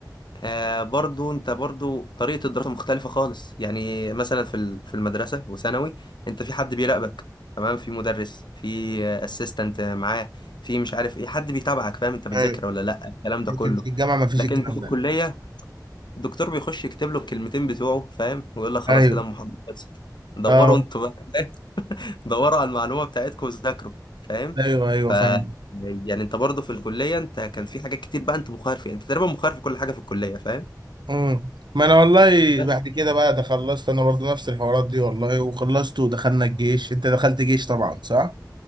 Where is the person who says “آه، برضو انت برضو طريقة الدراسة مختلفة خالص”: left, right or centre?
Left